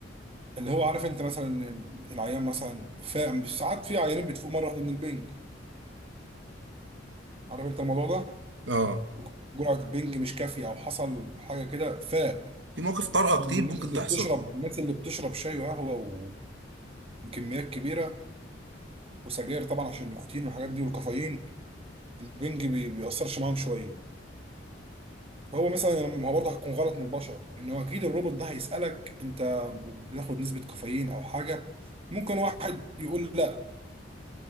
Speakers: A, on the right; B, on the right.
A: اللي هو عارف انت مثلا إن العيان مثلا فاهم ساعات في عيانين بتفوق مره واحده من البنج عارف انت الموضوع ده
B: اه
A: بيكون جرعه البنج مش كافيه او حصل حاجه كده فاق
B: في مواقف طارئه
A: طبعا
B: كتير
A: الناس
B: ممكن
A: اللي
B: تحصل
A: بتشرب الناس اللي بتشرب شاي وقهوه وبكميات كبيره وسجاير طبعا عشان النيكوتين والحاجات دي والكافيين البنج بي- بيأثرش معاهم شويه هو مثلا يعني ما هو برضه هتكون غلط من البشر ان هو اكيد الروبوت ده هيسالك انت بتاخد نسبه كافيين او حاجه ممكن واحد يقول لا